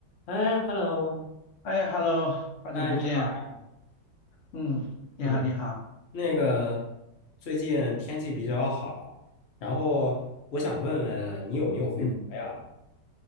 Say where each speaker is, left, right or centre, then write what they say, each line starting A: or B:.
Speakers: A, on the left; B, on the left.
A: 哎，hello，
B: 哎，Hello，好久不见。
A: 哎，你好呀，
B: 嗯，你好，
A: 嗯，
B: 你好。
A: 那个最近天气比较好，然后我想问问你有没有回国呀？
B: 嗯，